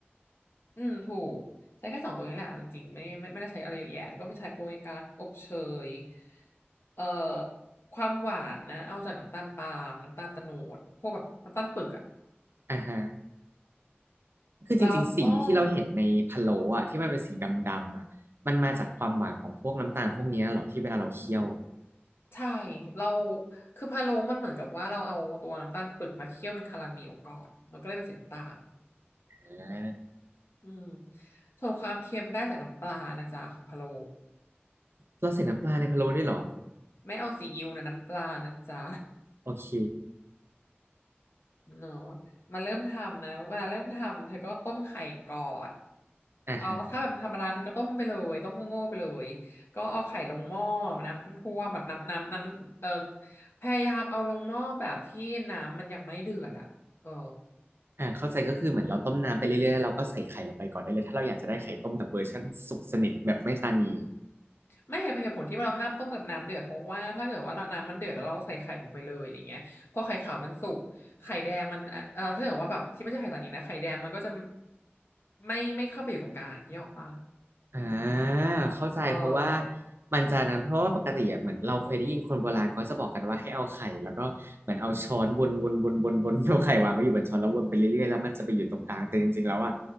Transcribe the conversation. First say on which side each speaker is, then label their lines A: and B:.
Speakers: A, on the left; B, on the right.
A: อืมถูกใช้แค่สองตัวนี้แหละเอาจริงๆไม่ไม่ไม่ได้ใช้อะไรเยอะแยะก็ไม่ใช้โป๊ยกั๊กอบเชยเอ่อความหวานนะเอาจากน้ำตาลปาล์มน้ำตาลโตนดพวกแบบน้ำตาลปึกอะ
B: อ่าฮะคือจริงๆสีที่เราเห็นในพะโล้อะที่มันเป็นสีดำๆอะมันมาจากความหวานของพวกน้ำตาลพวกเนี้ยเหรอที่เวลาเราเคี่ยว
A: แล้วก็ ใช่เราคือพะโล้มันเหมือนกับว่าเราเอาตัวน้ำตาลปึกมาเคี่ยวเป็นคาราเมลก่อนมันก็เลยเป็นสีน้ำตาล
B: อ่า
A: อืมส่วนความเค็มได้จากน้ำปลานะจ๊ะของพะโล้
B: เราใส่น้ำปลาในพะโล้ด้วยเหรอ
A: ไม่เอาซีอิ๊วนะน้ำปลานะจ๊ะ
B: โอเค
A: <laughs> เนาะมาเริ่มทำนะเวลาเริ่มทำเธอก็ต้มไข่ก่อน
B: อ่าฮะ
A: เอาถ้าแบบธรรมดาเธอก็ต้มไปเลยต้มโง่ๆไปเลยก็เอาไข่ลงหม้อน้ำท่วมๆแบบน้ำน้ำน้ำเออพยายามเอาลงหม้อแบบที่น้ำมันยังไม่เดือดอ่ะเออ
B: อ่าเข้าใจก็คือเหมือนเราต้มน้ำไปเรื่อยๆแล้วเราก็ใส่ไข่ลงไปก่อนได้เลยถ้าเราอยากจะได้ไข่ต้มแบบเวอร์ชันสุกสนิทแบบไม่ตานี
A: ไม่เห็นเป็นเหตุผลที่เราห้ามต้มกับน้ำเดือดเพราะว่าถ้าเกิดว่าน้ำมันเดือดแล้วเราใส่ไข่ลงไปเลยอะไรเงี้ยพอไข่ขาวมันสุกไข่แดงมันเอ่อเอ่อถ้าเกิดว่าแบบที่ไม่ใช่ไข่ตอนนี้นะไข่แดงมันก็จะไม่ไม่เข้าไปอยู่ตรงกลางที่ออกปะ
B: อ่าเข้าใจเพราะว่า
A: เออ
B: มันจะนั้นเพราะว่าปกติอะเหมือนเราเคยได้ยินคนโบราณเขาจะบอกกันว่าให้เอาไข่แล้วก็เหมือนเอาช้อนวนวนวนวนวนเอาไข่วางไว้อยู่บนช้อนแล้ววนไปเรื่อยๆแล้วมันจะไปอยู่ตรงกลางแต่จริงๆแล้วอ่ะ